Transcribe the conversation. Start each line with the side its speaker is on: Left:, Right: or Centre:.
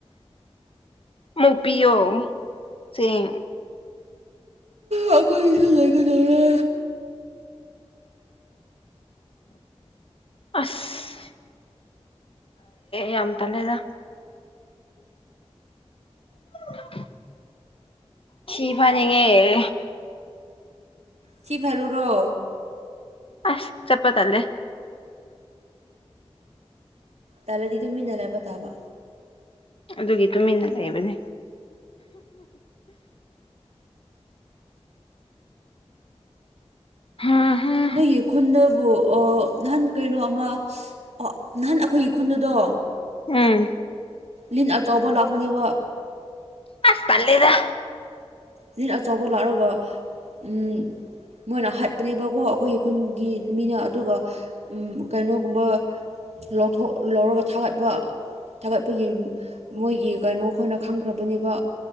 Left: ꯃꯨꯛ ꯄꯤꯌꯣ ꯆꯦꯡ꯫
Right: ꯑꯩꯈꯣꯏꯁꯨ ꯂꯣꯏꯒꯗꯧꯔꯦ
Left: ꯑꯁ ꯌꯥꯝ ꯇꯜꯂꯦꯗ꯫ <inaudible> ꯊꯤ ꯐꯥꯏꯅꯤꯡ ꯌ‌ꯦ꯫
Right: ꯊꯤ ꯐꯥꯏꯔꯨꯔ‌ꯣ꯫
Left: ꯑꯁ ꯆꯠꯄ ꯇꯜꯂꯦ꯫
Right: ꯇꯥꯂꯗꯤ ꯇꯨꯃꯤꯟꯅ ꯂꯩꯕ ꯇꯥꯕ꯫
Left: ꯑꯗꯨꯒꯤ ꯇꯨꯃꯤꯟꯅ ꯂꯩꯕꯅꯦ꯫ ꯍꯥ ꯍ <unintelligible>
Right: ꯅꯣꯏꯒꯤ ꯈꯨꯟꯗꯕꯨ ꯅꯍꯥꯟ ꯀꯩꯅꯣꯃ꯫ ꯑꯣ ꯅꯍꯥꯟ ꯑꯩꯈꯣꯏꯒꯤ ꯈꯨꯟꯗꯗꯣ
Left: ꯎꯝ
Right: ꯂꯤꯟ ꯑꯆꯧꯕ ꯂꯥꯛꯄꯅꯦꯕ꯫
Left: ꯑꯁ ꯇꯜꯂ‌ꯦꯗ꯫
Right: ꯂꯤꯟ ꯑꯆꯧꯕ ꯂꯥꯛꯕꯒ ꯎꯝ, ꯃꯣꯏꯅ ꯍꯥꯠꯄꯅꯦꯕꯀꯣ, ꯑꯩꯈꯣꯏꯒꯤ ꯈꯨꯟꯒꯤ ꯃꯤꯅ ꯑꯗꯨꯒ ꯀꯩꯅꯣꯒꯨꯝꯕ, ꯂꯧꯊꯣꯛ ꯂꯧꯔꯒ ꯊꯥꯒꯠꯄ꯫ ꯊꯥꯒꯠꯄꯒꯤ ꯃꯣꯏꯒꯤ ꯀꯩꯅꯣ ꯈꯣꯏꯅ ꯈꯪꯈ꯭ꯔꯕꯅꯦꯕ꯫